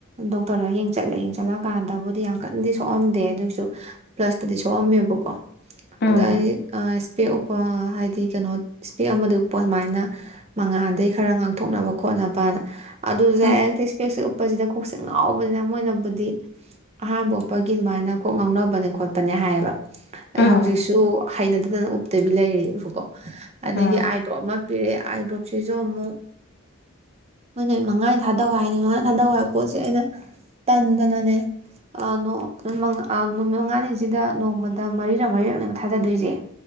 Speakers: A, on the right; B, on the left.
A: ꯗꯣꯛꯇꯔꯗ ꯌꯦꯡ ꯆꯠꯂꯦ ꯌꯦꯡ ꯆꯠꯂꯀꯥꯟꯗꯕꯨꯗꯤ ꯌꯥꯝ ꯀꯟꯅꯗꯤ ꯁꯣꯛꯑꯝꯗꯦ ꯑꯗꯨꯏꯁꯨ ꯄ꯭ꯂꯁꯇꯗꯤ ꯁꯣꯛꯑꯝꯃꯦꯕꯀꯣ
B: ꯎꯝ
A: ꯑꯗꯣ ꯑꯩ ꯑꯥꯏꯁ ꯏꯁꯄꯦꯛ ꯎꯞꯄ ꯍꯥꯏꯗꯤ ꯀꯩꯅꯣ ꯏꯁꯄꯦꯛ ꯑꯃꯗꯨ ꯎꯞꯄꯣ ꯁꯃꯥꯏꯅ ꯃꯉꯥꯟꯗꯒꯤ ꯈꯔ ꯉꯥꯡ ꯊꯣꯛꯅꯕ ꯈꯣꯠꯅꯕꯅ ꯑꯗꯨꯖꯦ
B: ꯎꯝ
A: ꯑꯩꯁꯦ ꯏꯁꯄꯦꯛꯁꯦ ꯎꯞꯄꯁꯤꯗ ꯀꯣꯛꯁꯦ ꯉꯥꯎꯕꯖ ꯃꯣꯏꯅꯕꯨꯗꯤ ꯑꯍꯥꯟꯕ ꯎꯞꯄꯒꯤ ꯑꯗꯨꯃꯥꯏꯅ ꯀꯣꯛ ꯉꯥꯎꯅꯕꯅꯦ ꯈꯣꯠꯄꯅꯦ ꯍꯥꯏꯌꯦꯕ ꯑꯩ
B: ꯎꯝ
A: ꯍꯧꯖꯤꯛꯁꯨ ꯍꯩꯅꯗꯗꯅ ꯇꯕꯤ ꯂꯩꯔꯤꯕꯀꯣ ꯑꯗꯒꯤ
B: ꯎꯝ
A: ꯑꯥꯏꯗ꯭ꯔꯣꯞ ꯑꯃ ꯄꯤꯔꯛꯑꯦ ꯑꯥꯏꯗ꯭ꯔꯣꯞꯁꯤꯁꯨ ꯑꯃꯨꯛ ꯃꯣꯏꯅ ꯅꯨꯃꯤꯠ ꯃꯉꯥꯅꯤ ꯊꯥꯗꯧ ꯍꯥꯏ ꯅꯨꯃꯤꯠ ꯃꯉꯥꯅꯤ ꯊꯥꯗꯧ ꯍꯥꯏꯕ ꯄꯣꯠꯁꯦ ꯑꯩꯅ ꯇꯟꯗꯅꯅꯦ ꯑ ꯅꯣ ꯅꯨꯃꯤꯠ ꯃꯪꯉꯥ ꯑ ꯅꯨꯃꯤꯠ ꯃꯉꯥꯅꯤꯁꯤꯗ ꯅꯣꯡꯃꯗ ꯃꯔꯤꯔꯛ ꯃꯔꯤꯔꯛꯅꯦꯕ ꯊꯥꯗꯗꯣꯏꯖꯦ